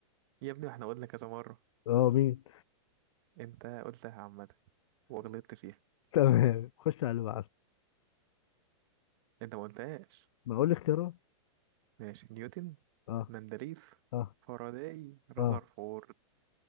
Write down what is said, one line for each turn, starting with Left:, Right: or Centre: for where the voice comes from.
Right: يا ابني احنا قلنا كذا مرة
Left: اه مين
Right: انت قلتها عامة وغلطت فيها
Left: <laughs> تمام خش على اللي بعده
Right: انت ما قلتهاش
Left: ما اقول لي اختيارات
Right: ماشي نيوتن
Left: اه
Right: مندليف
Left: اه
Right: فاراداي رذرفورد
Left: اه